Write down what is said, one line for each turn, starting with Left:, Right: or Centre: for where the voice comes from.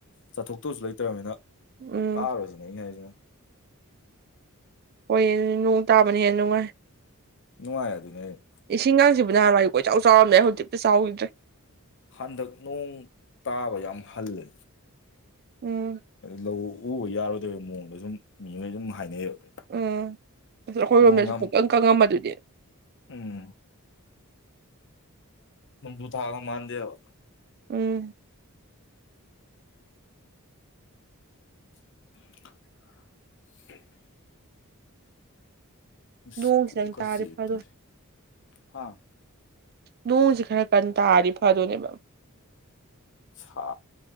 Left: ꯆꯠꯊꯣꯛꯇꯧꯁꯨ ꯂꯩꯇ꯭ꯔꯅꯤꯅ
Right: ꯎꯝ
Left: ꯇꯥꯔꯣ ꯁꯤꯅꯦ ꯑꯩꯅ ꯍꯥꯏꯖꯤꯅ
Right: ꯍꯣꯏꯌꯦ ꯅꯣꯡ ꯇꯥꯕꯅ ꯍꯦꯟꯅ ꯅꯨꯡꯉꯥꯏ
Left: ꯅꯨꯡꯉꯥꯏ ꯑꯗꯨꯅꯦ ꯍꯥꯢꯁꯦ
Right: ꯏꯁꯤꯡꯒꯁꯤꯕꯨ ꯅꯍꯥꯟꯋꯥꯏꯗꯤ ꯀꯣꯏꯆꯥꯎ ꯆꯥꯎꯔꯝꯃꯦ ꯍꯧꯖꯤꯛꯇꯤ ꯆꯥꯎꯈꯤꯗ꯭ꯔꯦ
Left: ꯍꯟꯗꯛ ꯅꯣꯡ ꯇꯥꯕ ꯌꯥꯝ ꯍꯜꯂꯦ
Right: ꯎꯝ
Left: ꯂꯧ ꯎꯕ ꯌꯥꯔꯣꯏꯗꯣꯏꯕꯩ ꯃꯑꯣꯡꯗ ꯁꯨꯝ ꯃꯤꯉꯣꯏ ꯑꯗꯨꯝ ꯍꯥꯏꯅꯩꯌꯦꯕ
Right: ꯎꯝ ꯑꯁ ꯑꯩꯈꯣꯏꯔꯣꯝꯗꯁꯨ
Left: ꯅꯣꯡ ꯌꯥꯝ
Right: ꯄꯨꯀꯪ ꯀꯪꯉꯝꯕꯗꯨꯗꯤ
Left: ꯎꯝ ꯅꯣꯡꯖꯨ ꯊꯥꯒ ꯃꯥꯥꯟꯗꯦꯕ
Right: ꯎꯝ
Left: <inaudible> ꯑꯁ
Right: ꯅꯣꯡꯁꯤꯗꯪ
Left: ꯀꯣꯛꯀ
Right: ꯇꯥꯔꯗꯤ
Left: ꯆꯤꯛꯑꯦ
Right: ꯐꯗꯧꯅꯤ
Left: ꯇꯧꯔꯤꯁꯦ ꯍꯥ
Right: ꯅꯣꯡꯁꯦ ꯈꯔ ꯀꯟ ꯇꯥꯔꯗꯤ ꯐꯗꯣꯏꯅꯦꯕ
Left: ꯁꯥ